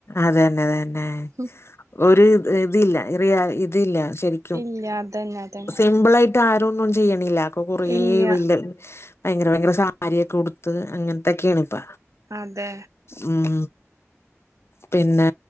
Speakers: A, on the left; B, on the right.
A: അതന്നെ അതന്നെ
B: ഉം
A: ഒരു ഇത് ഇതില്ല ഇറിയ ഇതില്ല ശരിക്കും
B: ഇല്ല അതന്നെ അതന്നെ
A: സിമ്പിളായിട്ട് ട്ടാരൊന്നും ചെയ്യണില്ല പ്പൊ കൊറേ <unintelligible>
B: ഇല്ല
A: ഭയങ്കര ഭയങ്കര സാരിയൊക്കെ ഉടുത്ത് അങ്ങനത്തൊക്കെയാണ് ഇപ്പ
B: അതെ
A: ഉം പിന്നെ